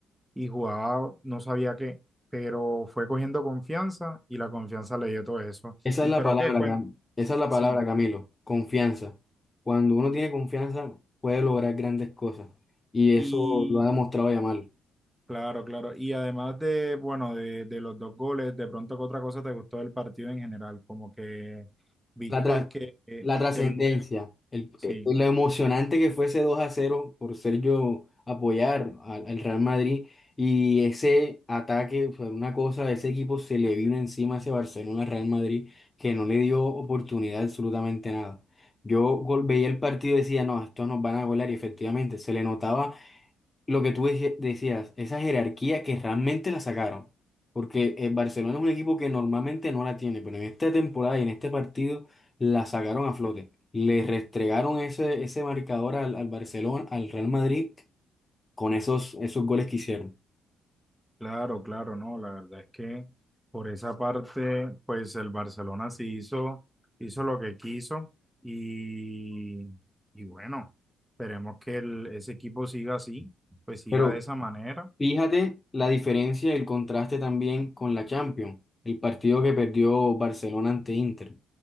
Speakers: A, in the centre; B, on the left.
A: y jugaba no sabía qué, pero fue cogiendo confianza y la confianza le dio todo eso.
B: Esa
A: Y
B: es la
A: pero
B: palabra,
A: qué cuenta,
B: Cam- esa es la
A: sí,
B: palabra, Camilo, confianza. Cuando uno tiene confianza, puede lograr grandes cosas. Y eso
A: y
B: lo ha demostrado Yamal.
A: claro, claro, y además de, bueno, de, de los dos goles, de pronto qué otra cosa te gustó del partido en general, como que viste
B: La, tra-
A: que, que
B: la trascendencia,
A: el, el-
B: el,
A: sí.
B: eh, lo emocionante que fue ese 2 a cero por ser yo apoyar al, al Real Madrid y ese ataque fue una cosa, ese equipo se le vino encima a ese Barcelona-Real Madrid que no le dio oportunidad absolutamente nada. Yo gol- veía el partido y decía, no, estos nos van a golear y efectivamente se le notaba lo que tú dije- decías, esa jerarquía que realmente la sacaron. Porque el Barcelona es un equipo que normalmente no la tiene, pero en esta temporada y en este partido la sacaron a flote. Le restregaron ese, ese marcador al, al Barcelona, al Real Madrid, con esos, esos goles que hicieron.
A: Claro, claro, no, la verdad es que por esa parte, pues el Barcelona sí hizo, hizo lo que quiso y, y bueno, esperemos que el- ese equipo siga así, pues siga
B: Pero
A: de esa manera.
B: Fíjate la diferencia y el contraste también con la Champions, el partido que perdió Barcelona ante Inter.